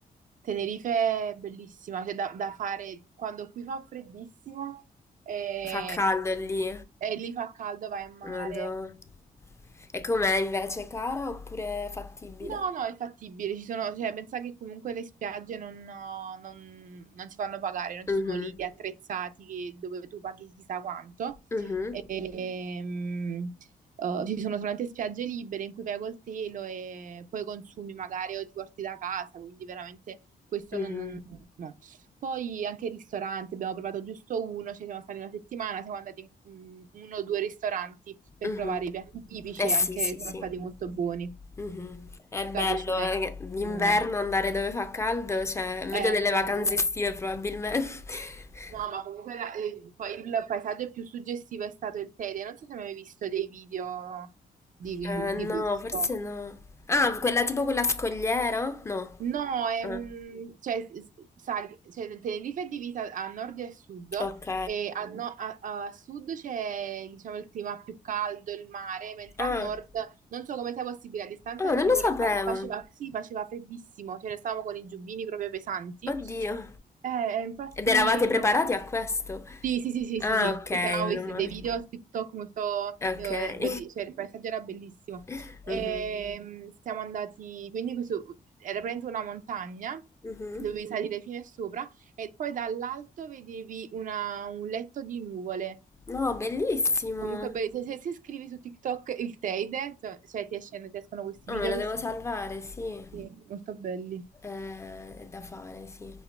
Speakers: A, on the right; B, on the left.
A: Tenerife è bellissima, cioè da, da fare quando qui fa freddissimo e,
B: fa caldo lì.
A: e lì fa caldo, vai in mare.
B: Madonna. E com'è invece, cara oppure fattibile?
A: No, no, è fattibile, ci sono, cioè, pensa che comunque le spiagge non, non, non si fanno pagare, non
B: Mhm,
A: ci sono lidi attrezzati che- dove tu paghi chissà quanto.
B: mhm,
A: Ehm, eh, ci sono solamente spiagge libere in cui vai col telo e poi consumi magari o ti porti da casa, quindi veramente questo
B: mhm,
A: non, non- no, poi anche il ristorante, abbiamo provato giusto uno, ci siamo stati una settimana, siamo andati in in uno o due ristoranti per
B: mhm.
A: provare i piatti tipici
B: Eh sì,
A: e anche
B: sì,
A: sono
B: sì.
A: stati molto buoni.
B: Mhm. È bello,
A: La cucina
B: eh,
A: è
B: d'inverno
A: buona,
B: andare dove fa caldo, cioè, è meglio
A: è
B: delle
A: bello.
B: vacanze estive probabilmente. <laughs>
A: No, ma comunque la- eh, poi il paesaggio più suggestivo è stato il Teide. Non so se hai mai visto dei video di,
B: Eh, no,
A: di questo.
B: forse no. Ah, quella tipo quella scogliera? No.
A: No, è
B: Ah,
A: un, cioè, s- sai, cioè, Tenerife è divisa a nord e a sud
B: ok.
A: e a, no- a- a sud c'è, diciamo, il clima più caldo, il mare, mentre
B: Ah,
A: a nord, non so come sia possibile, a distanza
B: ah,
A: di
B: non
A: un'ora
B: lo sapevo.
A: faceva, sì, faceva freddissimo, cioè, ne stavamo con i giubbini proprio pesanti.
B: Oddio.
A: Eh, eh, infatti,
B: Ed eravate preparati a questo?
A: sì, sì, sì, sì,
B: Ah,
A: sì, sì,
B: ok,
A: perché
B: meno
A: avevo visto
B: male.
A: dei video su TikTok molto,
B: Okay.
A: io, eh, belli- cioè il paesaggio era bellissimo.
B: <laughs>
A: E,
B: Mh-mh.
A: siamo andati, quindi questo, era praticamente una montagna,
B: Mh-mh.
A: dovevi salire fino a sopra e poi dall'alto vedevi una- un letto di nuvole.
B: No, bellissimo.
A: Comunque, be- se, se, se scrivi su TikTok il Teide, cioè cioè, ti esce- ti escono questi
B: Oh,
A: video
B: me lo
A: che
B: devo
A: sono
B: salvare, sì.
A: sì, molto belli.
B: Ehm, è da fare, sì.